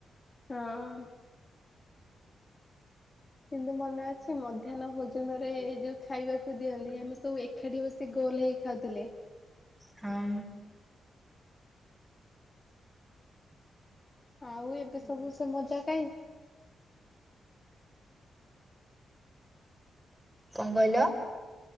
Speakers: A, on the left (about 25°); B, in the centre.
A: ହଁ। କିନ୍ତୁ ମନେ ଅଛି ମଧ୍ୟାହ୍ନ ଭୋଜନରେ ଯୋଉ ଖାଇବାକୁ ଦିଅନ୍ତି ଆମେ ସବୁ ଏକାଠି ବସି ଗୋ ଲ ହେଇ ଖାଉଥିଲେ ।
B: ହଁ।
A: ଆଉ ଏବେ ସବୁ ସେ ମଜା କାଇଁ?
B: କଣ କଇଲ?